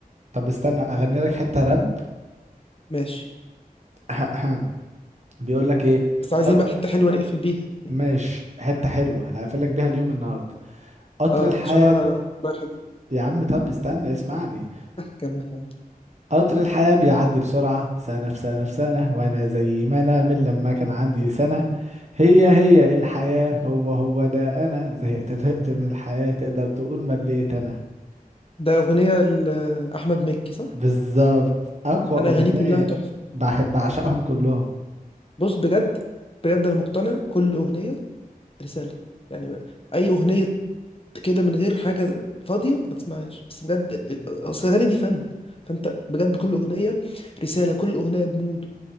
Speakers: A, on the right; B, on the left.
A: طب استنى اغني لك حتة راب
B: ماشي
A: <clears throat> بيقول لك ايه
B: بس عايزين
A: قط-
B: بقى حتة حلوة نقفل بيها يعني
A: ماشي حتة حلوة هقفل لك بيها اليوم النهاردة قطر
B: اه
A: الحياة
B: عشان انا رايح
A: يا عم طب استنى اسمعني
B: كمان
A: قطر الحياة بيعدي بسرعة سنة في سنة في سنة وأنا زي ما أنا من لما كان عندي سنة هي هي الحياة هو هو ده أنا زهقت طهقت من الحياة تقدر تقول مليت أنا
B: ده أغنية لأحمد مكي صح؟
A: بالظبط أقوى
B: أنا
A: أغنية
B: أغانيه كلها تحفة
A: بحب بعشقهم كلهم
B: بص بجد بجد أنا مقتنع كل أغنية رسالة يعني أي أغنية كده من غير حاجة فاضية ما تسمعهاش بس بجد ال- ال- أصل الأغاني دي فن فأنت بجد كل أغنية رسالة كل أغنية بمود